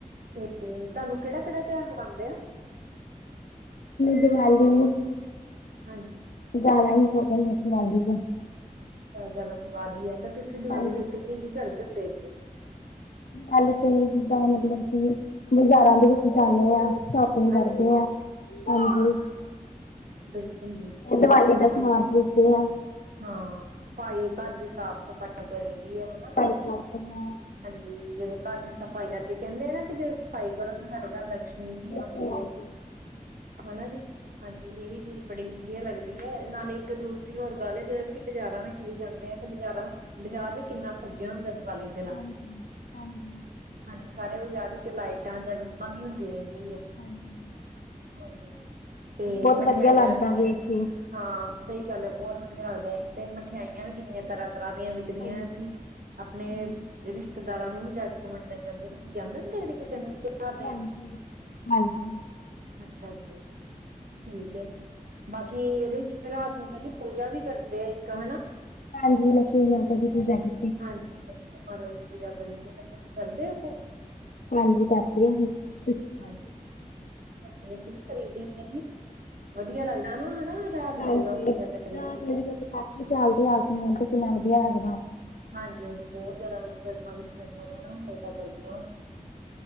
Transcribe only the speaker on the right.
ਤੇ ਤੁਹਾਨੂੰ ਕਿਹੜਾ ਕਿਹੜਾ ਤਿਉਹਾਰ ਮਨਾਉਂਦੇ ਆ
ਹਾਂਜੀ <inaudible>
ਆ ਦੀਵਾਲੀ ਏ ਤਾਂ ਤੁਸੀਂ ਦੀਵਾਲੀ
ਦੇ ਉੱਤੇ ਕੀ ਕੀ ਕਰਦੇ ਹੁੰਦੇ
ਹਾਂਜੀ
ਬਿਲਕੁਲ ਜੀ
ਹਾਂਜੀ
ਹਾਂ ਸਫ਼ਾਈ ਘਰ ਦੀ ਸਾਫ਼ ਸਫ਼ਾਈ ਕਰੀ ਦੀ ਏ ਨਾ
ਹਾਂਜੀ ਜਦੋਂ ਘਰ ਦੀ ਸਫ਼ਾਈ ਕਰਕੇ ਕਹਿੰਦੇ ਆ ਨਾ ਕਿ ਜਦੋਂ ਸਫ਼ਾਈ ਕਰੋ ਤਾਂ ਸਾਡੇ ਘਰ ਲਕਸ਼ਮੀ
ਆਉਂਦੀ
ਹੈ ਹਨਾ ਜੀ ਹਾਂਜੀ ਇਹ ਵੀ ਚੀਜ਼ ਬੜੀ ਵਧੀਆ ਲੱਗਦੀ ਏ ਨਾਲੇ ਇੱਕ ਦੂਸਰੀ ਹੋਰ ਗੱਲ ਏ ਜਦੋਂ ਅਸੀਂ ਬਾਜ਼ਾਰਾਂ ਵਿੱਚ ਵੀ ਜਾਂਦੇ ਹਾਂ ਤੇ ਬਾਜ਼ਾਰਾਂ ਬਜ਼ਾਰ ਵੀ ਕਿੰਨਾ ਸੱਜਿਆ ਹੁੰਦਾ ਦੀਵਾਲੀ ਤੇ
ਹਾਂਜੀ ਸਾਰੇ ਬਾਜ਼ਾਰ ਵਿੱਚ ਲਾਈਟਾਂ ਜਗਮਗ ਈ ਹੁੰਦੀ ਰਹਿੰਦੀ ਏ
ਹਾਂਜੀ ਤੇ
ਮਠਿਆਈਆਂ
ਕਿੰਨੀਆਂ
ਹਾਂ ਸਹੀ ਗੱਲ ਹੈ ਬਹੁਤ ਵਧੀਆ ਲੱਗਦਾ ਇੱਕ ਤੇ ਮਠਿਆਈਆਂ ਵੀ ਕਿੰਨੀਆਂ ਤਰ੍ਹਾਂ ਤਰ੍ਹਾਂ ਦੀਆਂ ਵਿਕਦੀਆਂ
ਅਸੀਂ ਅਪਣੇ
ਰਿਸ਼ਤੇਦਾਰਾਂ ਨੂੰ ਵੀ ਜਾ ਕੇ ਵੰਡਣ ਜਾਂਦੇ ਤੁਸੀਂ ਜਾਂਦੇ ਹੁੰਦੇ ਕ ਕਿਸੇ ਨੂੰ ਤਿਉਹਾਰ ਦੇਣ
ਅੱਛਾ ਠੀਕ ਹੈ ਬਾਕੀ ਇਹਦੇ ਚ ਰਾਤ ਨੂੰ ਕਹਿੰਦੇ ਪੂਜਾ ਵੀ ਕਰਦੇ ਆ ਇੱਕ ਹਨਾ
ਹਾਂਜੀ ਦਸ਼ ਮਹਾਰਾ ਦੀ ਪੂਜਾ ਕਰੀਦੀ ਤਾਂ ਤੁਸੀਂ ਕਰਦੇ ਹੋ
ਹਾਂਜੀ ਅਸੀਂ ਵੀ ਖਰੀਦੀ ਹੈ ਜੀ ਵਧੀਆ ਲੱਗਦਾ ਨਾ ਹਨਾ ਰਾਤ
ਨੂੰ ਜਦੋਂ ਪੂਜਾ ਕਰੀਦੀ ਏ
ਹਾਂਜੀ ਹਾਂਜੀ ਬਹੁਤ ਜ਼ਿਆਦਾ ਜਗਮਗ ਜਗਮਗ ਨਾ ਲੇਟਾਂ ਕਰਦੀਆਂ